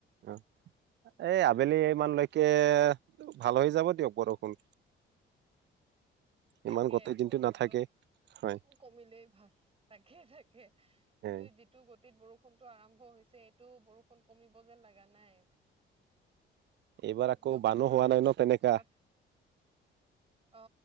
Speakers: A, on the right; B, on the right.
A: অ এই আবেলিমানলৈকে ভাল হৈ যাব দিয়ক বৰষুণ।
B: তাকে
A: ইমান গোটেই দিনটো
B: বৰষুণতটো
A: নাথাকে হয়
B: উ কমিলেই ভাল। তাকে, তাকে কিন্তু
A: এ
B: যিটো গতিত বৰষু <unintelligible> আৰম হৈছে এইটো বৰষুণ কমিব যেন লগা নাই
A: এইবাৰ আকৌ
B: একদম
A: বানো
B: মোৰ
A: হোৱা নাই ন, তেনেকা।
B: ঘৰত অ